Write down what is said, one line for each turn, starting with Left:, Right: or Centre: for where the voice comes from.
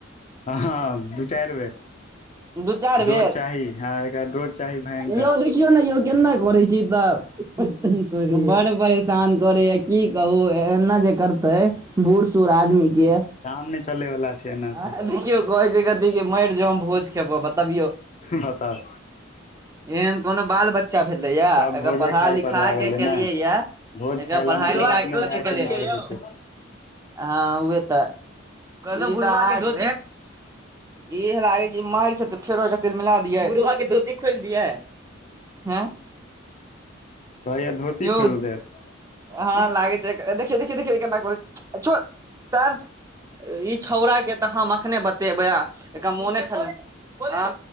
Left: हँ हँ दू चारि बेर
Right: दू चारि
Left: डोज
Right: बेर
Left: चाही ह एकरा डोज चाही भयंकर
Right: यौ देखियौ ने यौ केना करै छै इ सब बड़ परेशान करैए की कहू एना जे करतै बूढ़ सूढ़ आदमी के
Left: काम ने चलेवला छै एना से
Right: आ देखियौ कहे छै कथी मरि जो हम भोज खेबो बतबियो
Left: बताब
Right: एहन कोनो बाल बच्चा भेलैया
Left: सब
Right: एकरा
Left: भोजे
Right: पढ़ा
Left: खाय
Right: लिखा
Left: पर लागल
Right: के केलियै
Left: हय न
Right: या
Left: भोज
Right: एकरा
Left: खाय लए
Right: पढ़ाई
Left: मतलब
Right: लिखाई
Left: अपने भाय
Right: कते
Left: के
Right: केलियै
Left: मारि देतै
Right: हँ उहे तऽ <inaudible> फेरो एकरा तील मिला दियै बुढ़वा के धोती खोलि दियै एं
Left: कहैया धोती
Right: यौ
Left: खोलि देत
Right: हँ लागै छै देखियउ देखियउ देखियउ केना करै छै <inaudible> छोड़ ई छौड़ा के तऽ हम अखने बतेबै एकर मोने ठंडा